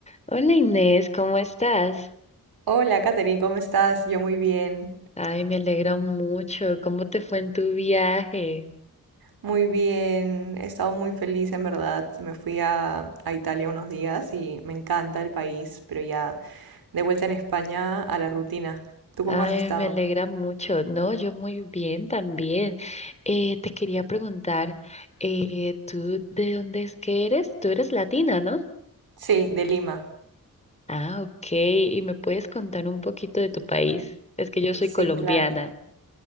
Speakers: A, on the left; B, on the right.
A: Hola Inés, ¿cómo estás?
B: Hola, Katherine, ¿cómo estás? Yo muy bien,
A: Ay, me alegra mucho. ¿Cómo te fue en tu viaje?
B: muy bien. He estado muy feliz, en verdad. Me fui a, a Italia unos días y me encanta el país, pero ya de vuelta en España a la rutina. ¿Tú cómo
A: Ay,
B: has estado?
A: me alegra mucho. No, yo muy bien también. Eh, te quería preguntar, eh, ¿tú de dónde es que eres? Tú eres latina, ¿no?
B: Sí, de Lima.
A: Ah, ok. ¿Y me puedes contar un poquito de tu país? Es que yo soy
B: Sí,
A: colombiana.
B: claro.